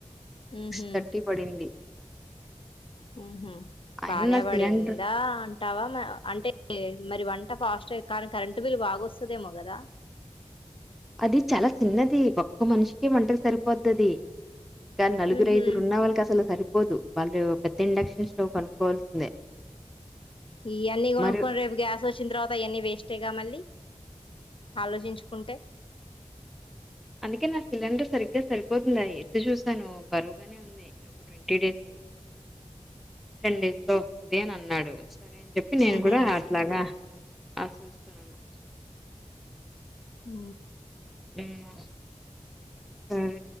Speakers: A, in the centre; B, on the left.
A: సిక్స్
B: హుహు.
A: థర్టీ పడింది
B: మ్ హు
A: అయినా
B: బానే
A: సిలిండర్
B: పడిందా అంటావా మ అంటే మరి వంట ఫాస్టే కానీ కరెంటు బిల్ బాగొస్తదేమో కదా
A: అది చాలా చిన్నది ఒక్క మనిషికి వంటకి సరిపోద్ది అది ఇంకా నలుగురు
B: హుహు.
A: ఐదురు ఉన్న వాళ్ళకి అసలు సరిపోదు వాళ్ళు పెద్ద ఇండక్షన్ స్టవ్ కొనుక్కోవాల్సిందే
B: ఈయన్ని కొనుకొని
A: మరి
B: రేపు గ్యాస్ వచ్చిన తర్వాత ఈయన్ని వేస్ట్యగా మళ్ళీ ఆలోచించుకుంటే
A: అందుకే నా సిలిండర్ సరిగ్గా సరిపోతుందా ఎత్తి చూసాను బరువుగానే ఉంది ఒక ట్వంటీ డేస్ టెన్ డేస్ లో వస్తది అని అన్నాడు సరే అని చెప్పి నేను
B: ఉహు
A: కూడా అట్లాగా అ చూస్తున్నాను
B: ఊ
A: ఏమో ఊ